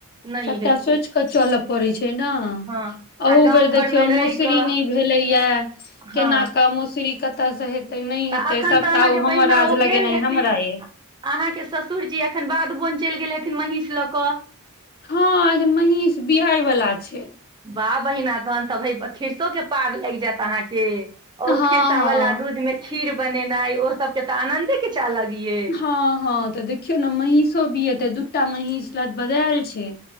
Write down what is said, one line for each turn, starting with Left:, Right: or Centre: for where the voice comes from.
Right: नहि
Left: सबटा
Right: हेतै
Left: सोचि कऽ चलय पड़ैत छै ने
Right: हँ
Left: अहू
Right: आ गाँव
Left: बेर देखियौ
Right: घरमे
Left: मोसरी
Right: रहि कऽ
Left: नहि भेले या
Right: हँ
Left: केना के मसुररी कतय से हे ते नहि
Right: तऽ
Left: हेतै
Right: एखन
Left: सबटा
Right: तऽ अहाँके
Left: ओ हमर
Right: बहिना
Left: राज
Right: ओ
Left: लगेना
Right: गेल हेती
Left: हमरा ये
Right: अहाँके ससुर जी अखन बाध बन चलि गेल हेथिन महीस लऽ कऽ
Left: हँ एखन महींष बिआय वला छै
Right: बा बहिना तहन तऽ भ खीरसो के पार लाइग जायत अहाँके
Left: हँ
Right: ओ
Left: हँ
Right: खीरसा वला आ दूध में खीर बनेनाई ओ सब के तऽ आनंदे कीछ अलग यै
Left: हँ हँ तऽ देखियौ ने महींषो भी हते दूटा महींष ल बदायल छै